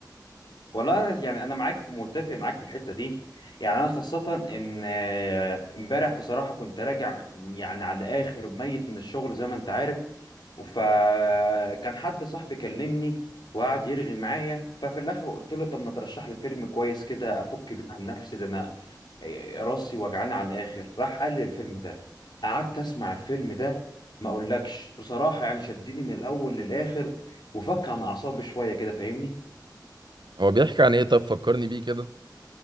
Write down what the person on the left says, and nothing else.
والله انا يعني انا معاك في متفق معاك في الحته دي يعني انا خاصه ان آه، امبارح بصراحه كنت راجع يعني على اخر ميت من الشغل زي ما انت عارف فكان حد صاحبي كلمني وقعد يرغي معايا ففي الاخر قلت له طب ما ترشح لي فيلم كويس كده افك بيه عن نفسي ده انا آه، راسي وجعانه على الاخر راح قال لي الفيلم ده قعدت اسمع الفيلم ده ما اقولكش بصراحه يعني شدني من الاول للاخر وفك عن اعصابي شويه كده فاهمني